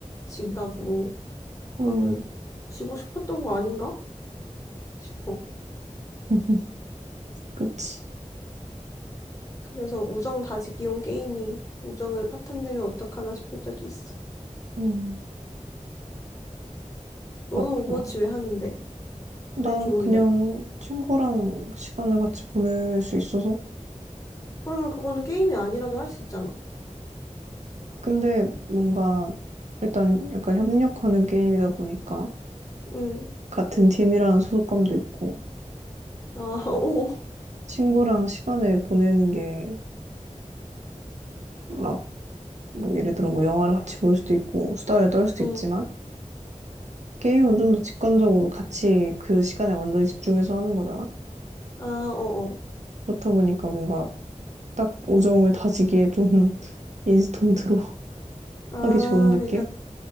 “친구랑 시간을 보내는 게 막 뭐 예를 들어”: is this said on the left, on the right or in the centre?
Right